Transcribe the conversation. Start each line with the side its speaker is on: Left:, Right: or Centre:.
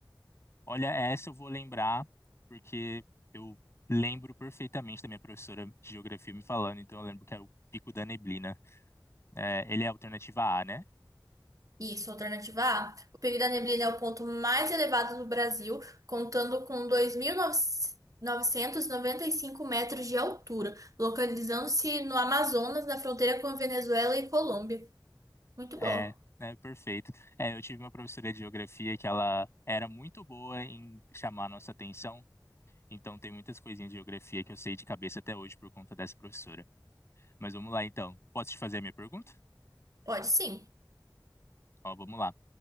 Left: Olha, essa eu vou lembrar, porque eu lembro perfeitamente da minha professora de geografia me falando, então eu lembro que é o Pico da Neblina. É, ele é a alternativa A, né?
Right: Isso, alternativa A. O período da neblina é o ponto mais elevado do Brasil, contando com dois mil novecentos e noventa e cinco metros de altura, localizando-se no Amazonas, na fronteira com a Venezuela e Colômbia. Muito
Left: É,
Right: bom.
Left: né, perfeito. É, eu tive uma professora de geografia que ela era muito boa em chamar a nossa atenção, então tem muitas coisinhas de geografia que eu sei de cabeça até hoje por conta dessa professora. Mas vamos lá então. Posso te fazer a minha pergunta?
Right: Pode sim.
Left: Ó, vamos lá.